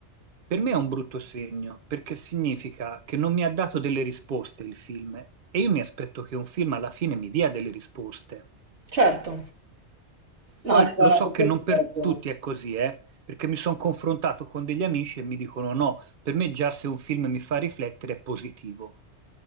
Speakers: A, on the right; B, on the right.
A: per me è un brutto segno, perché significa che non mi ha dato delle risposte il film e io mi aspetto che un film alla fine mi dia delle risposte.
B: Certo. No,
A: Poi
B: è vero,
A: lo
B: no,
A: so
B: su
A: che
B: questo
A: non per
B: hai ragione.
A: tutti è così, eh, perché mi sono confrontato con degli amici e mi dicono no, per me già se un film mi fa riflettere è positivo.